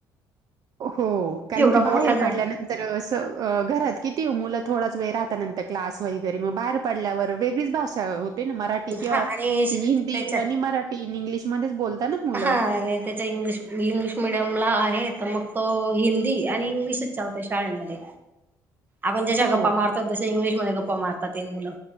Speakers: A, on the right (about 50°); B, on the right (about 25°).
A: ओ हो कारण
B: एवढा
A: की, बाहेर
B: मोठा झाला
A: पडल्यान तर असं घरात किती ओ मुलं थोडाच वेळ राहता नंतर क्लास वगैरे म बाहेरं पडल्यावर वेगळीच भाषा होते ना मराठी किंवा
B: हा आणि
A: इंग्लिश बी
B: त्याच्या
A: आणि मराठ तीन इंग्लिशमध्येच बोलता ना मुलं
B: हा, नाय त्याच्या इंग्लिश इंग्लिश मिडीयमला आहे. त मग तो हिंदी आणि इंग्लिशच चालतोय शाळंमध्ये आपण जशा
A: हो
B: गप्पा मारतो. तशा इंग्लिशमध्ये गप्पा मारता ते मुलं